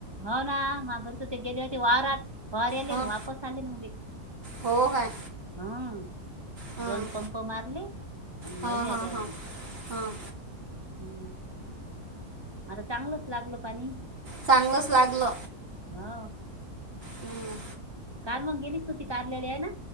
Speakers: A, on the right (about 20°); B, on the right (about 40°).
A: हो ना मा घर त ते गेले होते वारात फार आले
B: हं,
A: वापस चाले म
B: हो काय
A: हम
B: हां
A: दोन पंप मारले आणि
B: हां
A: घरी
B: हां
A: आले
B: हां
A: अस
B: हां
A: हम्म आता चांगलंच लागल पाणी
B: चांगलंच लागलं
A: हा
B: हं.
A: काल मग गेलीच नवती कार्याल आहे ना